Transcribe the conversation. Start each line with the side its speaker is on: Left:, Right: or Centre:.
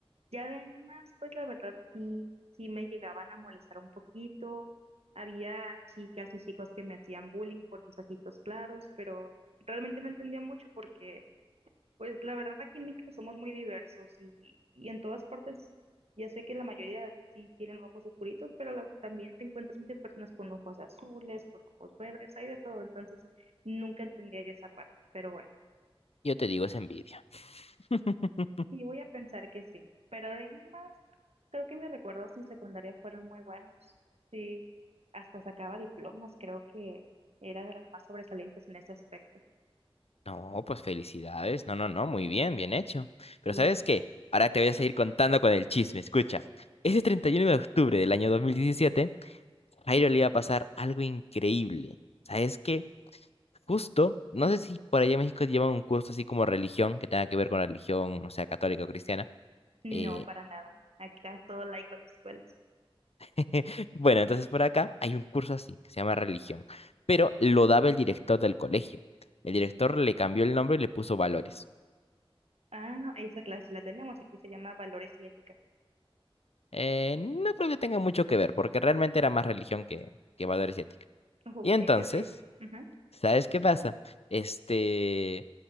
Right: Ya de ahí en más, pues la verdad sí, sí me llegaban a molestar un poquito. Había chicas y chicos que me hacían bullying por mis ojitos claros, pero realmente no entendía mucho porque, pues la verdad aquí en México somos muy diversos y, y en todas partes, ya sé que la mayoría sí tienen ojos oscuritos, pero la- también te encuentras muchas personas con ojos azules, con ojos verdes, hay de todo, entonces nunca entendía yo esa parte, pero bueno.
Left: Yo te digo, es envidia. <laughs>
Right: Sí, voy a pensar que sí, pero de ahí en más, creo que mis recuerdos en secundaria fueron muy buenos. Sí, hasta sacaba diplomas, creo que era de las más sobresalientes en ese aspecto.
Left: No, pues felicidades. No, no, no, muy bien, bien hecho. Pero
Right: Y
Left: ¿sabes qué? Ahora te voy a seguir contando con el chisme. Escucha, ese 31 de octubre del año 2017, Jairo le iba a pasar algo increíble. ¿Sabes qué? Justo, no sé si por allá en México llevan un curso así como religión, que tenga que ver con la religión, o sea, católica o cristiana.
Right: no,
Left: Eh,
Right: para nada. Acá todo laico a las escuelas.
Left: <laughs> Bueno, entonces por acá hay un curso así, que se llama religión, pero lo daba el director del colegio. El director le cambió el nombre y le puso valores.
Right: Ah, no, esa clase la tenemos, aquí se llama Valores y Ética.
Left: Eh, no creo que tenga mucho que ver, porque realmente era más religión que, que valores y ética.
Right: <laughs> Ok,
Left: Y entonces,
Right: ok. Ajá.
Left: ¿sabes qué pasa? Este,